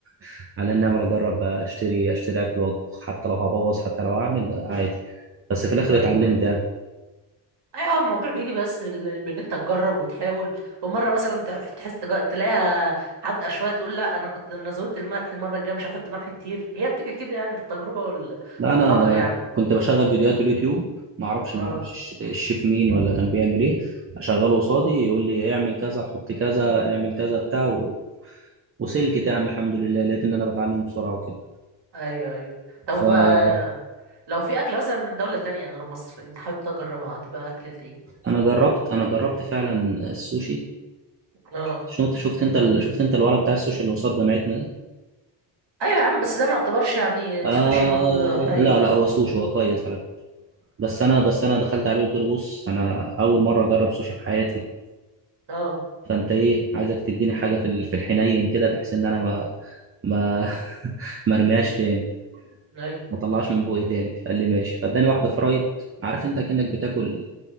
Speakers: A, on the right; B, on the right.
A: <laughs> على النعمه لا اجرب اشتري اشتري اكل واطبخ حتى لو هبوظ حتى لو اعمل عادي بس في الاخر
B: ايوال
A: اتعلمت يعني
B: ايوه الموضوع بيجي بس بال- بان انت تجرب وتحاول ومره مثلا تح- تحس تج- تلاقيها حادقه شويه تقول لا انا كنت انا زودت الملح المره الجايه مش هحط ملح كتير هي بتيجي كده يعني بالتجربه وال...
A: لا
B: والخطأ
A: انا أنا
B: يعني
A: كنت بشغل فيديوهات اليوتيوب ما اعرفش
B: اه
A: ما اعرفش الش- الشيف مين ولا كان بيعمل ايه اشغله قصادي يقول لي اعمل كذا حط كذا اعمل كذا بتاع و... وسلكت يعني الحمد لله لقيت ان انا بتعلم بسرعه وكده
B: ايوه ايوه طب
A: فانا
B: آه، لو في اكل مثلا من دولة تانية غير مصر انت حابب تجربها هتبقى اكلة ايه
A: جربت انا جربت فعلا السوشي
B: اه
A: شفت شفت انت ال... شفت انت الولد بتاع السوشي اللي قصاد جامعتنا ده
B: ايوه يا عم بس ده ما يعتبرش يعني
A: آه...
B: سوشي برضه حقيقي
A: لا لا هو سوشي هو كويس على فكره بس انا بس انا دخلت عليه وقلت له بص انا اول مره اجرب سوشي في حياتي
B: اه
A: فانت ايه عايزك تديني حاجه في ال- في الحنين كده بحيث ان انا ما ما <laughs> ما ارميهاش تاني
B: ايوه
A: ما اطلعش من بوقي تاني فقال لي ماشي فاداني واحده فرايد عارف انت كأنك بتاكل